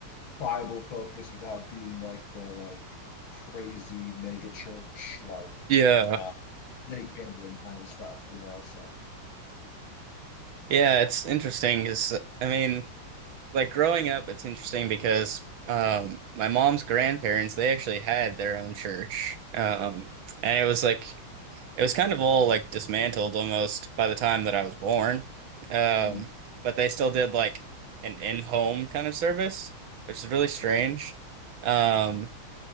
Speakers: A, on the left; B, on the right.
A: Bible focused without being like the like crazy mega church, like
B: Yeah,
A: uh snake handling kind of stuff, you know. So
B: yeah, it's interesting because I mean, like growing up, it's interesting because um my mom's grandparents, they actually had their own church. Um and it was like it was kind of all like dismantled almost by the time that I was born. Um
A: mm.
B: but they still did like an in-home kind of service, which is really strange. Um